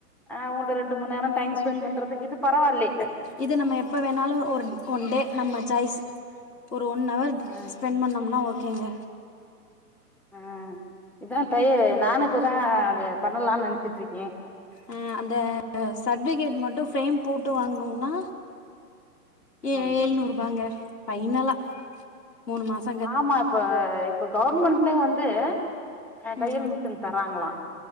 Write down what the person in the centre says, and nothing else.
ஆ உங்கிட்ட ரெண்டு மண் நேரோ டைம் ஸ்பெண்ட் பண்றதுக்கு இது பரவாயில்லே
ஆ
ஆ இதா தையி நானு இப்பதா அத பண்ணலான் நெனச்சிட்ருக்கே
ம்
ஆமா இப்போ இப்ப கவர்மெண்ட்லே வந்து அ
தையல் மிஷின் தராங்களா